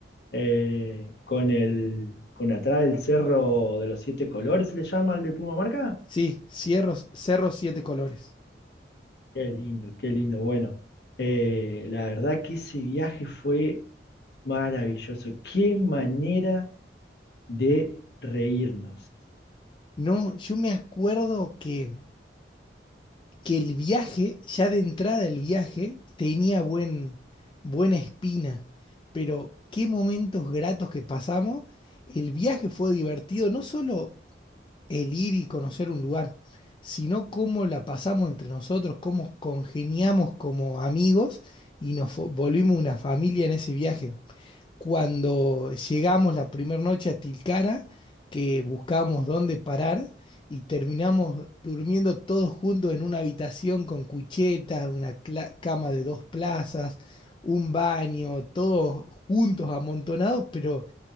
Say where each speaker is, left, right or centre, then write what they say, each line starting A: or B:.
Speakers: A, on the left; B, on the left.
A: eh, con, el, con atrás el cerro de los siete colores, ¿se le llama el de Purmamarca?
B: Sí, Cerros, Cerros Siete Colores.
A: Qué lindo, qué lindo, bueno. eh, la verdad que ese viaje fue maravilloso. Qué manera de reírnos.
B: No, yo me acuerdo que que el viaje, ya de entrada el viaje, tenía buen, buena espina, pero qué momentos gratos que pasamos. El viaje fue divertido, no solo el ir y conocer un lugar, sino cómo la pasamos entre nosotros, cómo congeniamos como amigos y nos fo- volvimos una familia en ese viaje cuando llegamos la primera noche a Tilcara, que buscamos dónde parar y terminamos durmiendo todos juntos en una habitación con cuchetas, una cla- cama de dos plazas, un baño, todos juntos amontonados, pero